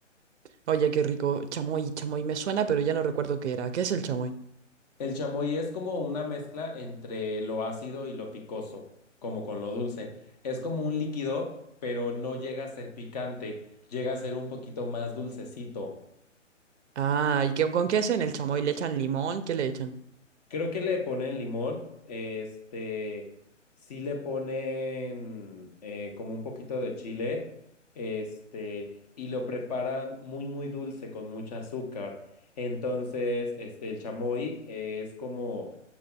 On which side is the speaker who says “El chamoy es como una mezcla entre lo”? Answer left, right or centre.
Left